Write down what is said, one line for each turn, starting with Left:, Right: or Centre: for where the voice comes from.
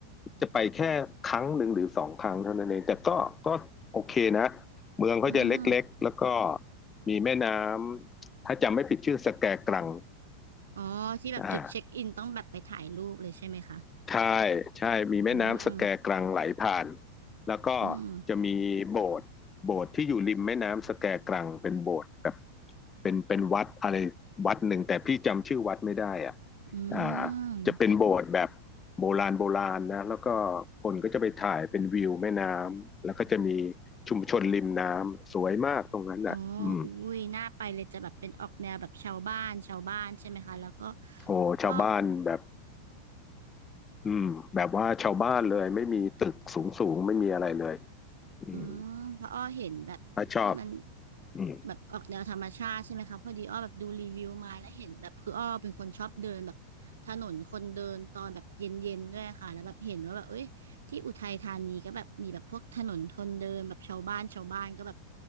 Left: จะไปแค่ครั้งหนึ่งหรือสองครั้งเท่านั้นเองแต่ก็ก็โอเคนะเมืองเขาจะเล็กๆแล้วก็
Right: อืม
Left: มีแม่น้ำถ้าจำไม่ผิดชื่อสแกกรัง
Right: อ๋อที่แบบจุดเช็คอินต้องแบบไปถ่ายรูปเลยใช่ไหมคะ
Left: อ่า ใช่ใช่มีแม่น้ำสแกกรังไหลผ่าน
Right: อืม
Left: แล้วก็
Right: อืม
Left: จะมีโบสถ์โบสถ์ที่อยู่ริมแม่น้ำสแกกรังเป็นโบสถ์แบบเป็นเป็นวัดอะไรวัดหนึ่งแต่พี่จำชื่อวัดไม่ได้อ่ะ
Right: อื
Left: อ่าจะเป็นโบสถ์แบบ
Right: ม
Left: โบราณโบราณนะแล้วก็คนก็จะไปถ่ายเป็นวิวแม่น้ำแล้วก็จะมีชุมชนริมน้ำสวยมากตรงนั้นอ่ะอืม
Right: อ๋ออุ้ยน่าไปเลยจะแบบเป็นออกแนวแบบชาวบ้านชาวบ้านใช่ไหมคะแล้วก็
Left: โอ้ชาวบ้านแบบ
Right: อ้อ
Left: อืมแบบว่าชาวบ้านเลยไม่มีตึกสูงสูงไม่มีอะไรเลยอืม
Right: อืมเพราะอ้อเห็นแบบ
Left: ถ้าชอบ
Right: มัน
Left: อืม
Right: แบบออกแนวธรรมชาติใช่ไหมคะพอดีอ้อแบบดูรีวิวมาแล้วเห็นแบบคืออ้อเป็นคนชอบเดินแบบถนนคนเดินตอนแบบเย็นๆด้วยค่ะแล้วแบบเห็นว่าแบบเอ้ยที่อุทัยธานีก็แบบมีแบบพวกถนนคนเดินแบบชาวบ้านชาวบ้านก็แบบ